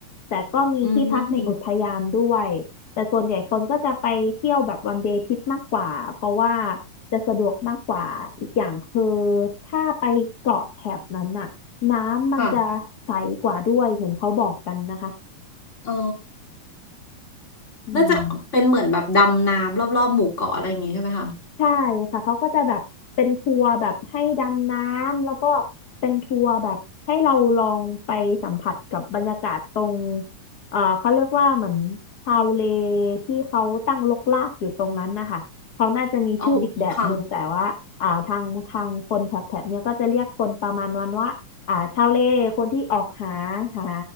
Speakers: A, on the left; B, on the left.
A: แต่ก็มีที่พักในอุทยานด้วยแต่ส่วนใหญ่คนก็จะไปเที่ยวแบบวันเดย์ทริปมากกว่าเพราะว่า
B: อืม
A: จะสะดวกมากกว่าอีกอย่างคือถ้าไปเกาะแถบนั้นน่ะน้ำมันจะใสกว่าด้วยเห็นเขาบอกกันนะคะ
B: ค่ะอ๋อ
A: อืม
B: น่าจะเป็นเหมือนแบบดำน้ำรอบๆหมู่เกาะอะไรอย่างงี้ใช่ไหมคะ
A: ใช่ค่ะ เขาก็จะแบบเป็นทัวร์แบบให้ดำน้ำแล้วก็เป็นทัวร์แบบให้เราลองไปสัมผัสกับบรรยากาศตรงเอ่อเขาเรียกว่าเหมือนชาวเลที่เขาตั้งรกรากอยู่ตรงนั้นนะคะ เขาน่าจะมีชื่ออีกแบบหนึ่งแต่ว่าอ่าทางทางคนแถบแถบเนี้ยก็จะเรียกคนประมาณวันว่าอ่าชาวเลคนที่ออกหาหา
B: อ๋อค่ะ